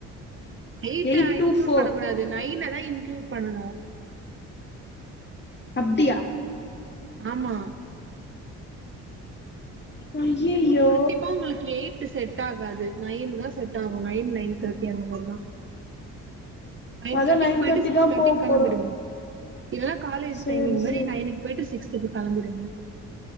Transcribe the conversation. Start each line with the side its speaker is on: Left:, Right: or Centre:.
Right: எயிட்ட
Left: எயிட்
Right: இன்குளுட்
Left: டூ ஃபோர்
Right: பண்ணக்க கூடாது நைன் அ தான் இன்குளுட் பண்ணனு
Left: அப்டியா
Right: ஆமா
Left: அய்யய்யோ
Right: கண்டிப்பா உங்களுக்கு எயிட் செட் ஆகாது நைன் தான் செட் ஆகு நைன் நைன் தேர்ட்டி அந்த மாரி தான் நைன்
Left: அதா
Right: தேர்டிக்கு போயிட்டு
Left: தேர்ட்டி
Right: சிக்ஸ்
Left: தா
Right: தேர்ட்டிக்கு
Left: போக
Right: கிளம்பிடுங்க
Left: போறே
Right: இல்லா காலேஜ்
Left: சேரி
Right: டைமிங் மாதிரி
Left: சேரி
Right: நைனுக்கு போயிட்டு சிக்ஸ்துக்கு கிளம்பிடுங்க